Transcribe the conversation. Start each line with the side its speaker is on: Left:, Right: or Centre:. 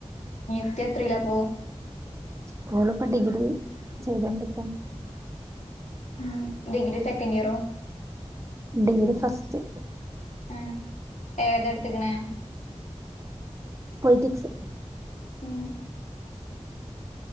Left: ത്തി എത്രല്ലപ്പോ
Right: സ്കൂളിൽ ഇപ്പൊ ഡിഗ്രി ചെയ്തോണ്ടിരിക്കാ
Left: ഉം ഡിഗ്രി സെക്കൻഡ് ഇയറോ
Right: ഡിഗ്രി ഫസ്റ്റ്
Left: ഉം ഏതെടുത്തക്കണ
Right: പൊളിറ്റിക്സ്
Left: ഉം